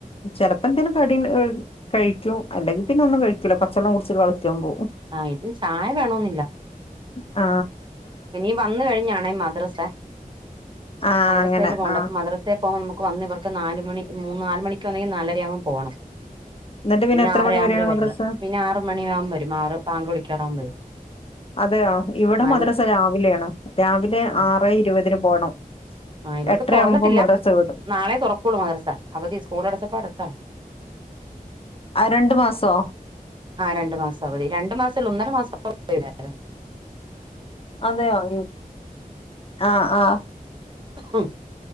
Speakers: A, on the left; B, on the right.
A: ചെലപ്പന്തേലും കടി ഏഹ് കഴിക്കും അല്ലെങ്കി പിന്നെ ഒന്നും കഴിക്കൂല്ല പച്ചവെള്ളം കുടിച്ചിട്ട് കളിക്കാൻ പോകും
B: ആ ഇത് ചായ വേണോന്നില്ല
A: ആ
B: പിന്നെ ഈ വന്ന് കഴിഞ്ഞാണേ മദ് ദ്രസ
A: ആഹ്
B: മദ്രസയിൽ
A: അങ്ങനെ
B: പോവണ്ടെ
A: ആഹ്
B: അപ്പൊ മദ്രാസെ പ്പൊ നമക്ക് വന്ന് ഇവർക്ക് നാല് മണി മൂന്ന് നാല് മണിക്ക് വന്നു കയിഞ്ഞാ നാലരയാവുമ്പ പോണം
A: എന്നിട്ട്
B: പിന്നെ
A: എത്ര
B: ആറര
A: മണി
B: ആവുമ്പഴേ
A: വരെയാണ് മദ്രസ
B: വരുള്ളൂ പിന്നെ ആറ് മണിയാവുമ്പ വരും ആറ് ബാങ്ക് വിളി <unintelligible> വരും
A: അതെയോ ഇവടെ
B: ആ
A: മദ്രസ രാവ് വിലെയാണ് രാവിലെ
B: ആ
A: ആറെ ഇരുപതിന് പോണം
B: ആ ഇവർക്ക്
A: എട്ടരയാവുമ്പോ
B: തുറന്നട്ടില്ല
A: മദ്രസ വിടും
B: നാളെ തുറക്കുള്ളൂ മദ്രസ്സ അവധിയ സ്കൂള് അടച്ചപ്പ അടച്ചതാണ്
A: ആ രണ്ടു മാസോ
B: ആ രണ്ടു മാസം അവധി രണ്ടു മാസൊള്ളു ഒന്നര മാസം <unintelligible>
A: അതെയോ <unintelligible> ആ ആ
B: ഉം